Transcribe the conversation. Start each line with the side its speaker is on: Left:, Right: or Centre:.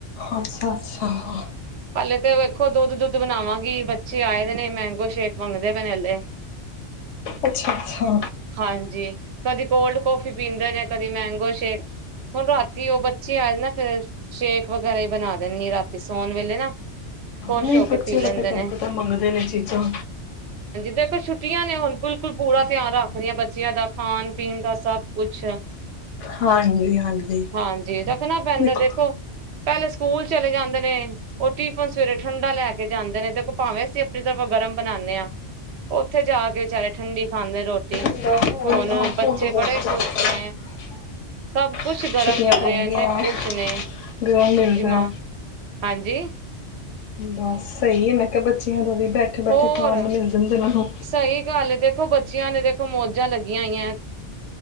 Left: ਅੱਛਾ-ਅਛਾ।
Right: ਹਲੇ ਤੇ ਵੇਖੋ, ਦੁੱਧ- ਦੁੱਧ ਬਣਾਵਾਂਗੀ ਬ ੀ ਆਏ ਨੇ, ਮੈਂਗੋ ਸ਼ੇਕ ਮੰਗਦੇ ਪੈਨੇ, ਹਲੇ
Left: ਅੱਛਾ ਅੱਛਾ
Right: ਹਾਂਜੀ, ਕਦੀ ਕੋਲਡ ਕੌਫੀ ਪੀਂਦੇ ਨੇ, ਕਦੀ ਮੈਂਗੋ ਸ਼ੇਕ, ਹੁਣ ਰਾਤ ਉਹ ਬੱਚੇ, ਆਜ ਨਾ, ਫੇਰ ਸ਼ੇਕ ਵਗੈਰਾ ਬਣਾ ਦਿੰਦੀ ਰਾਤੀ ਸੌਣ ਵੇਲੇ ਨਾ ਖੁਸ਼
Left: ਨਹੀਂ
Right: ਹੋ ਕੇ
Left: ਬੱਚੇ
Right: ਪੀ ਲੈਂਦੇ
Left: ਤਾਂ ਫਿਰ ਤੁਹਾਨੂੰ
Right: ਨੇ
Left: ਪਤਾ ਮੰਗਦੇ ਨੇ ਚੀਜ਼ਾਂ
Right: ਦੇੇਖਰ ਛੁੱਟੀਆਂ ਨੇ ਹੁਣ ਬਿਲਕੁਲ ਪੂਰਾ ਤਿਆਰ ਆ ਆਪਆ ਬੱਚੀਆਂ ਦਾ ਖਾਣ ਪੀਣ ਦਾ ਸਭ ਕੁਛ
Left: ਹਾਂਜੀ ਹਾਂਜੀ
Right: ਹਾਂਜੀ ਰੱਖਣਾ ਪੈਂਦਾ
Left: ਦੇਖੋ
Right: ਪਹਿਲੇ ਸਕੂਲ ਚਲੇ ਜਾਂਦੇ ਨੇ ਉਹ ਟਿਫਨ ਸਵੇਰੇ ਠੰਢਾ ਲੈ ਕੇ ਜਾਂਦੇ ਨੇ ਤੇ ਭਾਵੇਂ ਅਸੀਂ ਆਪਣੀ ਤਰਫਾ ਗਰਮ ਬਨਾਉਂਦੇ ਹਾਂ ਉੱਥੇ ਜਾ ਕੇ ਵਿਚਾਰੇ ਠੰਡੀ ਖਾਂਦੇ ਰੋਟੀ
Left: ਹ
Right: ਹੁਣ
Left: ਉਹਤ
Right: ਬੱਚੇ ਬੜੇ ਖੁਸ਼
Left: ਹੋ
Right: ਨੇ ਸਭ ਕੁਛ ਗਰਮ
Left: ਛੁਟੀਆਂ
Right: ਮਿਲ
Left: ਪੈ
Right: ਰਿਹਾ
Left: ਗ
Right: ਇੰਨੇ ਖੁਸ਼ ਨੇ
Left: ਗ ਮਿਲਦਾ
Right: ਡਿਮਾਂਡ ਹਾਂਜੀ
Left: ਬਸ ਸਹੀ ਹੈ ਮੈਂ ਕਿਹਾ ਬੱਚਿਆਂ ਦਾ ਵੀ ਬੈਠੇ ਬੈਠੇ
Right: ਹੋਰ
Left: ਖਾਣ ਨੂੰ ਮਿਲ ਜਾਂਦੇ ਉਹਨਾਂ
Right: ਸਹੀ ਗੱਲ ਦੇਖੋ ਬੱਚਿਆਂ ਨੇ ਦੇਖੋ ਮੋਦੀ ਚੀਜ਼ਾਂ ਲੱਗੀਆਂ ਹੋਈਆਂ